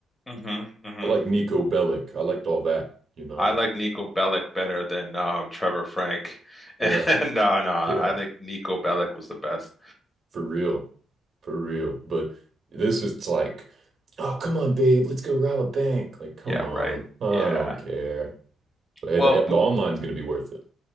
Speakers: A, on the left; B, on the right.
A: hmm hmm
B: I like Nico Bellic. I liked all that, you know?
A: I like Nico Bellic better than um Trevor Frank. <laughs>
B: Yeah.
A: And no, no, I
B: Yeah.
A: think Nico Bellic was the best.
B: For real. For real. But this is like, oh, come on, babe, let's go rob a bank. Like, come
A: Yeah,
B: on.
A: right.
B: I
A: Yeah.
B: don't care. But hey,
A: Well,
B: the,
A: w-
B: the online's gonna be worth it.